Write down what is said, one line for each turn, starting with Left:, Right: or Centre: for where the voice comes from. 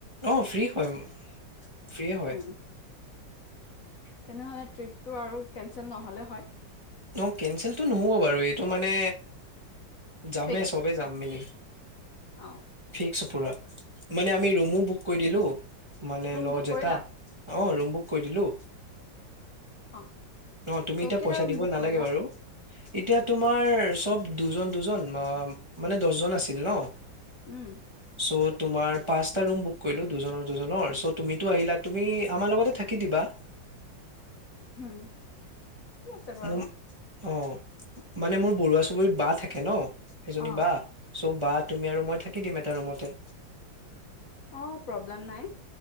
Right: অ ', ফ্ৰী হয়- ফ্ৰীয়ে হয়
Left: উম তেনেহলে ট্ৰিপটো আৰু কেনচেল নহ'লে হয়?
Right: ন', কেনচেলটো নহব বাৰু এইটো মানে যামে
Left: ফিক্সড
Right: চব যাম মিলি
Left: অ
Right: একচুপৰা মানে আমি ৰুমো বুক কৰি দিলো। মান
Left: ৰুম
Right: ল'য
Left: বুক কৰিলা
Right: এটা অঁ', ৰুম বুক কৰি দিলোঁ।
Left: অ
Right: অ ', তুমি
Left: ত
Right: এতিয়া
Left: কেইটা
Right: পইচা
Left: ৰুম
Right: দিব
Left: বুক
Right: নালাগে
Left: কৰিলা
Right: বাৰু! এতিয়া তোমাৰ চব দুজন- দুজন মানে দহজন আছিল ন?
Left: উম',
Right: চ' তোমাৰ পাঁচটা ৰুম বুক কৰিলো দুজনৰ -দুজনৰ চ' তুমিতো আহিলা তুমি আমাৰ লগতে থাকি দিবা।
Left: হুম', কি আছে বাৰু?
Right: মোৰ অ ', মানে মোৰ বৰুৱা চুবুৰীত বা থাকে ন? সেইজনী
Left: অ',
Right: বা চ' বা তুমি আৰু মই থাকি দিম এটা ৰুমতে।
Left: অ ', প্ৰব্লেম নাই।